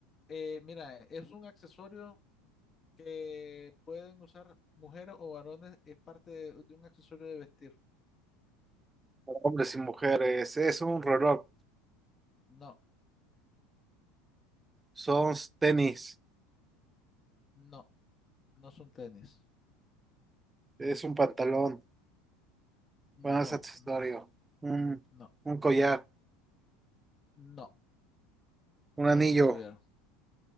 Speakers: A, on the left; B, on the right.
A: eh, mira, es un accesorio que pueden usar mujeres o varones, es parte de, de un accesorio de vestir.
B: para hombres y mujeres. Es un reloj.
A: No,
B: Son tenis.
A: no, no son tenis.
B: Es un pantalón.
A: No,
B: Bueno, es accesorio.
A: no,
B: Un,
A: no,
B: un collar.
A: no, no
B: Un anillo.
A: es un collar.